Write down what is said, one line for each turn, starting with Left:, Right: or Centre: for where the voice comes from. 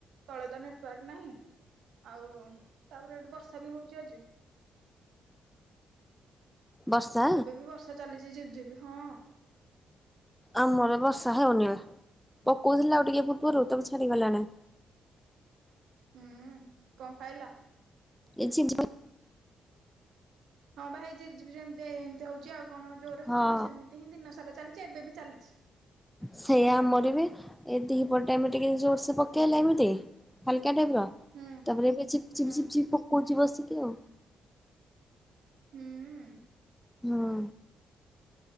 Right: ତଳେ ତ ନେଟୱାର୍କ ନାହିଁ। ଆଉ ତାପରେ ଏଠି ବର୍ଷା ବି ହୋଉଛି ଆଜି।
Centre: ବର୍ଷା
Right: ଏବେ ବି ବର୍ଷା ଚାଲିଛି ଝିପିଝିପି ହଁ।
Centre: ଆମର ବର୍ଷା ହେଉନି ଆଉ। ପକୋଉଥିଲା ଆଉ ଟିକେ ପୂର୍ବରୁ ତେଣୁ ଛାଡିଗଲାଣି।
Right: ହୁଁ, କଁ ଖାଇଲ?
Centre: କିଛି ଗି
Right: ହଁ ପା ହେଇ ଝିପ୍ ଝିପ୍ ଯେମ୍ତି ଏମିତି ହୋଉଛି। ଆଉ କଣ ଜୋରରେ
Centre: ହଁ
Right: ହୋଉଛି କି ସେମିତି ହିଁ ଦିନ ସାରା ଚାଲିଛି ଏବେ ବି ଚାଲିଛି।
Centre: ସେଇୟା ଆମରବି, ଏ ଦିଇହର ଟାଇମ୍ ରେ ଟିକେ ଜୋର୍ସ ପକେଇଲା ଏମିତି। ହାଲ୍କା ଟାଇପ୍ ର,
Right: ହୁଁ
Centre: ତାପରେ ଏବେ ଝିପ୍ ଝିପ୍
Right: ହୁଁ
Centre: ଝିପ୍ ଝିପ୍ ପକୋଉଛି ବସିକି ଆଉ।
Right: ହୁଁଉଁ।
Centre: ହଁ।